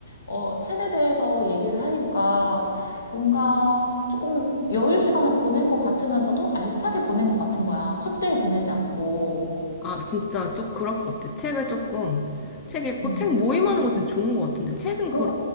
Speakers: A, on the left; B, on the left.
A: 어, 책에 대해서 얘기를 하니까 뭔가 조금 여유 시간을 보낸 것 같으면서도 알차게 보낸 것 같은 거야. 헛되이 보내지 않고.
B: 아, 진짜 좀 그럴 것 같아. 책을 조금, 책 읽고,
A: 응.
B: 책 모임하는 거 진짜 좋은 것 같은데. 책은 그럼,
A: 어, 어,